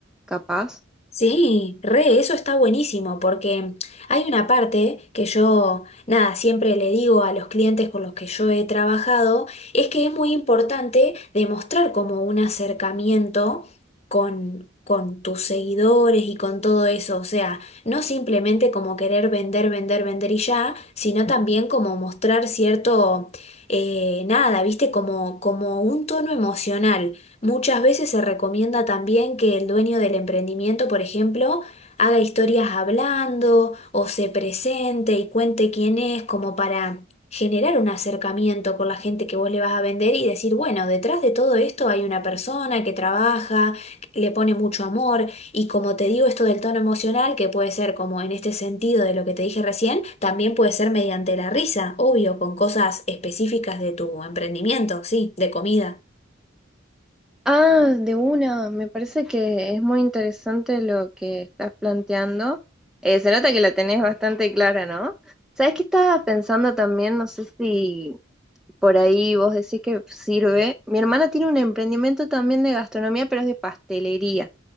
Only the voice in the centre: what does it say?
capaz.
Ah, de una, me parece que es muy interesante lo que estás planteando. Eh, se nota que la tenés bastante clara, ¿no? ¿Sabés qué estaba pensando también? No sé si por ahí vos decís que sirve. Mi hermana tiene un emprendimiento también de gastronomía, pero es de pastelería.